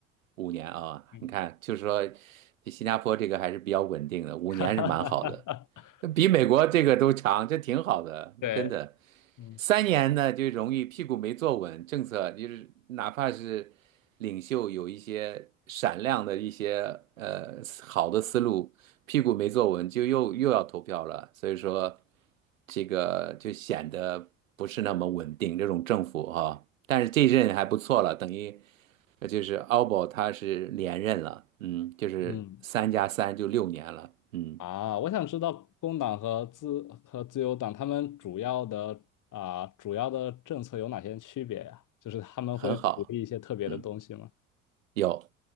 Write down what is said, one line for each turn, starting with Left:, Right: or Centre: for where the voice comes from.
Right: 五年啊，
Left: 嗯
Right: 你看，就是说，新加坡这个还是比较稳定的，五年是蛮好的，
Left: 哈 <laughs> 哈哈哈哈，
Right: 比美国这个都长，这挺好的，
Left: <laughs> 对，
Right: 真的。
Left: 嗯
Right: 三年呢，就容易屁股没坐稳，政策就是哪怕是领袖有一些闪亮的一些呃好的思路，屁股没坐稳，就又又要投票了，所以说这个就显得不是那么稳定。这种政府哈、但是这一任还不错了，等于呃就是奥博他是连任了，嗯，就是三加三就六年了，
Left: 嗯，
Right: 嗯，
Left: 啊，我想知道工党和自和自由党他们主要的啊主要的政策有哪些区别呀？就是他们会鼓励一些特别的东西吗？
Right: 很好，嗯。有，